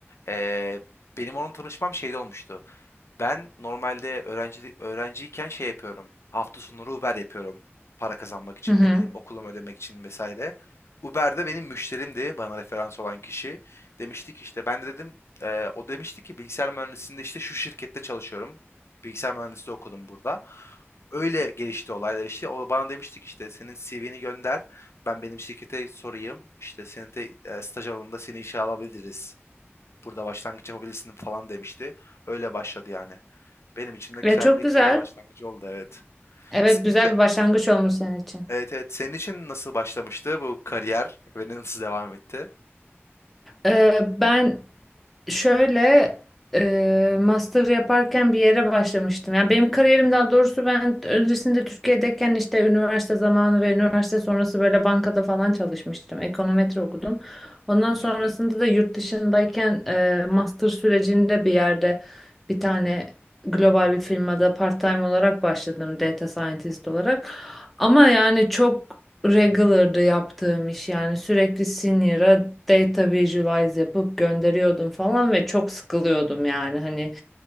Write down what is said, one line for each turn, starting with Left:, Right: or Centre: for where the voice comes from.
Left: Ee, benim onun tanışmam şeyde olmuştu. Ben normalde öğrenci öğrenciyken şey yapıyorum. Hafta sonları Uber yapıyorum. Para kazanmak için
Centre: Hı hı.
Left: ne bileyim okulumu ödemek için vesaire. Uber'de benim müşterimdi bana referans olan kişi. Demiştik işte ben de dedim eee, o demişti ki bilgisayar mühendisliğinde işte şu şirkette çalışıyorum. Bilgisayar mühendisliği okudum burada. Öyle gelişti olaylar işte. O bana demiştik işte senin CV'ni gönder. Ben benim şirkete sorayım. İşte senin te, eee, staj alanında seni işe alabiliriz Burada başlangıç yapabilirsin falan demişti. Öyle başladı yani. Benim için de güzel
Centre: Ve çok
Left: bir
Centre: güzel.
Left: kariyer başlangıcı oldu evet.
Centre: Evet
Left: Sizin
Centre: güzel
Left: ka-
Centre: bir başlangıç olmuş senin için.
Left: evet evet senin için nasıl başlamıştı bu kariyer ve nasıl devam etti?
Centre: Ee, ben şöyle e, master yaparken bir yere başlamıştım. Yani benim kariyerim daha doğrusu ben öncesinde Türkiye'deyken işte üniversite zamanı ve üniversite sonrası böyle bankada falan çalışmıştım. Ekonometri okudum. Ondan sonrasında
Left: Hı hı.
Centre: da yurt dışındayken e, master sürecinde bir yerde bir tane global bir firmada part-time olarak başladım data scientist olarak. Ama yani çok Regular'da yaptığım iş yani sürekli senior'a data visualize yapıp gönderiyordum falan ve çok sıkılıyordum yani hani